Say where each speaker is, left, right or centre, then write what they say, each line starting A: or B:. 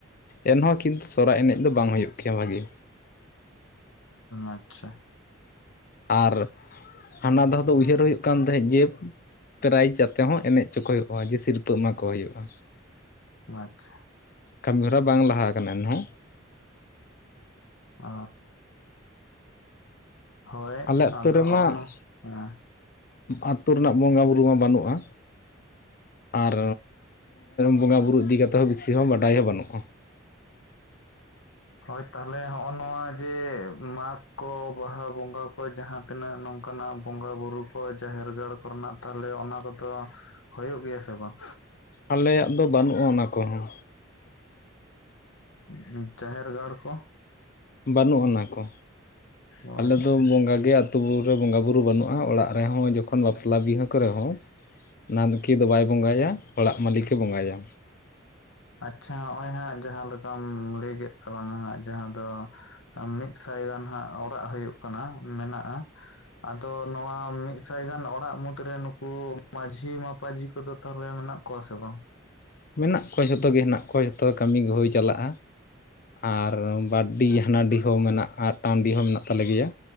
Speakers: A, on the left; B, on the left.
A: ᱮᱱᱦᱚᱸ ᱠᱤᱱᱛᱩ ᱥᱚᱦᱨᱟᱭ ᱮᱱᱮᱡ ᱫᱚ ᱵᱟᱝ ᱦᱳᱭᱳᱜ ᱜᱮᱭᱟ ᱵᱷᱟᱜᱮ
B: ᱟᱪᱪᱷᱟ
A: ᱟᱨ ᱦᱟᱱᱟ ᱫᱷᱟᱣ ᱫᱚ ᱩᱭᱦᱟᱹᱨ ᱦᱩᱭᱩᱜ ᱠᱟᱱ ᱛᱟᱦᱮᱸᱫ ᱡᱮ ᱯᱨᱟᱭᱤᱡᱽ ᱟᱛᱮ ᱦᱚᱸ ᱮᱱᱮᱡ ᱚᱪᱚ ᱠᱚ ᱦᱩᱭᱩᱜ-ᱟ ᱡᱮ ᱥᱤᱨᱯᱟᱹ ᱮᱢᱟᱠᱚ ᱦᱩᱭᱩᱜ-ᱟ
B: ᱟᱪᱪᱷᱟ
A: ᱠᱟᱹᱢᱤ ᱦᱚᱨᱟ ᱵᱟᱝ ᱞᱟᱦᱟ ᱠᱟᱱᱟ ᱮᱱᱦᱚᱸ
B: ᱚ ᱦᱳᱭ-ᱮ
A: ᱟᱞᱮ ᱟᱛᱳ
B: ᱟᱫᱚ
A: ᱨᱮᱢᱟ
B: ᱦᱚᱜ-ᱱᱚ ᱦᱮᱸ
A: ᱟᱛᱳ ᱨᱮᱱᱟᱜ ᱵᱚᱸᱜᱟ ᱵᱩᱨᱩ ᱢᱟ ᱵᱟᱹᱱᱩᱜ-ᱟ ᱟᱨ ᱵᱚᱸᱜᱟ ᱵᱩᱨᱩ ᱤᱫᱤ ᱠᱟᱛᱮ ᱦᱚᱸ ᱵᱤᱥᱤ ᱦᱚᱸ ᱵᱟᱰᱟᱭ ᱦᱚᱸ ᱵᱟᱹᱱᱩᱜ-ᱟ
B: ᱦᱚᱭ ᱛᱟᱦᱚᱞᱮ ᱦᱚᱜ-ᱚ ᱱᱚᱣᱟ ᱡᱮ ᱢᱟᱜᱽ ᱠᱚ ᱵᱟᱦᱟ ᱵᱚᱸᱜᱟ ᱠᱚ ᱡᱟᱦᱟᱸ ᱛᱤᱱᱟᱹᱜ ᱱᱚᱝᱠᱟᱱᱟᱜ ᱵᱚᱸᱜᱟ ᱵᱩᱨᱩ ᱠᱚ ᱡᱟᱦᱮᱨ ᱜᱟᱲ ᱠᱚ ᱨᱮᱱᱟᱜ ᱛᱟᱦᱚᱞᱮ ᱚᱱᱟ ᱠᱚᱫᱚ ᱦᱳᱭᱳᱜ ᱜᱮᱭᱟ ᱥᱮ ᱵᱟᱝ
A: ᱟᱞᱮᱭᱟᱜ ᱫᱚ ᱵᱟᱹᱱᱩᱜ-ᱟ ᱚᱱᱟ ᱠᱚᱦᱚᱸ
B: ᱦᱩᱸ ᱡᱟᱦᱮᱨ ᱜᱟᱲ ᱠᱚ
A: ᱵᱟᱹᱱᱩᱜ ᱚᱱᱟ ᱠᱚ
B: ᱚ
A: ᱟᱞᱮᱫᱚ
B: ᱟᱪᱪᱷᱟ
A: ᱵᱚᱸᱜᱟ ᱜᱮ ᱟᱹᱛᱩ ᱨᱮ ᱵᱚᱸᱜᱟ ᱵᱩᱨᱩ ᱵᱟᱹᱱᱩᱜ-ᱟ ᱚᱲᱟᱜ ᱨᱮᱦᱚᱸ ᱡᱚᱠᱷᱚᱱ ᱵᱟᱯᱞᱟ ᱵᱤᱦᱟᱹ ᱠᱚᱨᱮ ᱦᱚᱸ <unintelligible> ᱫᱚ ᱵᱟᱭ ᱵᱚᱸᱜᱟᱭᱟ ᱚᱲᱟᱜ ᱢᱟᱹᱞᱤᱠ ᱜᱮ ᱵᱚᱸᱜᱟᱭᱟ
B: ᱟᱪᱪᱷᱟ ᱦᱚᱜ-ᱚᱭ ᱦᱟᱸᱜ ᱡᱟᱦᱟᱸ ᱞᱮᱠᱟᱢ ᱞᱟᱹᱭ ᱠᱮᱜ ᱛᱟᱞᱟᱝᱟ ᱦᱟᱸᱜ ᱡᱟᱦᱟᱸ ᱫᱚ ᱢᱤᱫ ᱥᱟᱭ ᱜᱟᱱ ᱦᱟᱸᱜ ᱚᱲᱟᱜ ᱦᱳᱭᱳᱜ ᱠᱟᱱᱟ ᱢᱮᱱᱟᱜᱼᱟ ᱟᱫᱚ ᱱᱚᱣᱟ ᱢᱤᱫ ᱥᱟᱭ ᱜᱟᱱ ᱚᱲᱟᱜ ᱢᱩᱫᱽᱨᱮ ᱱᱩᱠᱩ ᱢᱟᱹᱡᱷᱤ ᱢᱟᱯᱟᱡᱷᱤ ᱠᱚᱫᱚ <unintelligible> ᱨᱮ ᱢᱮᱱᱟᱜ ᱠᱚᱣᱟ ᱥᱮ ᱵᱟᱝ
A: ᱢᱮᱱᱟᱜ ᱠᱚᱣᱟ ᱡᱷᱚᱛᱚ ᱜᱮ ᱦᱮᱱᱟᱜ ᱠᱚᱣᱟ ᱡᱷᱚᱛᱚ ᱠᱟᱹᱢᱤ ᱜᱮ ᱦᱳᱭ ᱪᱟᱞᱟᱜᱼᱟ ᱟᱨ ᱵᱟᱨᱰᱤ ᱦᱟᱱᱟᱰᱤ ᱦᱚᱸ ᱢᱮᱱᱟᱜᱼᱟ ᱟᱜᱴᱟᱝ ᱰᱤ ᱦᱚᱸ ᱢᱮᱱᱟᱜ ᱛᱟᱞᱮ ᱜᱮᱭᱟ᱾